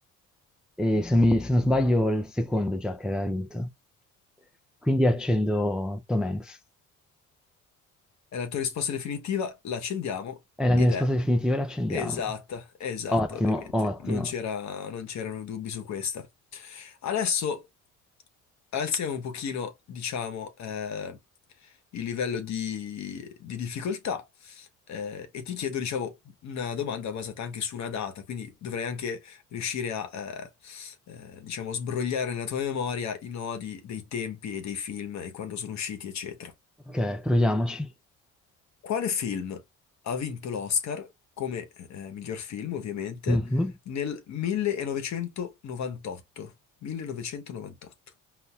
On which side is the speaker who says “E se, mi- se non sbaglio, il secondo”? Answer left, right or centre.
Centre